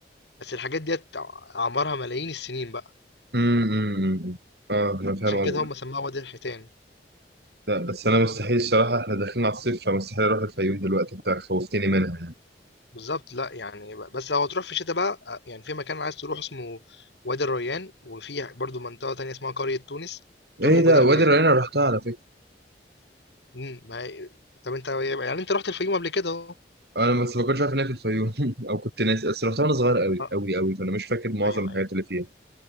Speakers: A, on the left; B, on the right.
A: بس الحاجات ديت اعمارها ملايين السنين بقى
B: امم امم، امم. اه انا فاهم
A: عشان
B: قصدك
A: كده هم سموها وادي الحيتان
B: لا بس انا مستحيل الصراحه احنا داخلين على الصيف فمستحيل اروح الفيوم دلوقتي انت خوفتني منها يعني
A: بالظبط لا يعني ب- بس لو هتروح في الشتاء بقى آه، يعني في مكان عايز تروح اسمه وادي الريان وفي برضو منطقه تانية اسمها قريه تونس دول
B: ايه
A: موجودين
B: ده وادي
A: هناك
B: الريان أنا رحتها على فكره
A: امم ما هي- طب انت يعني انت رحت الفيوم قبل كده اهو
B: انا بس ما كنتش عارف ان هي في الفيوم <laughs> او كنت ناسي بس رحتها وانا صغير قوي
A: آه،
B: قوي قوي فانا مش فاكر معظم
A: أيوه،
B: الحاجات
A: أيوه.
B: اللي فيها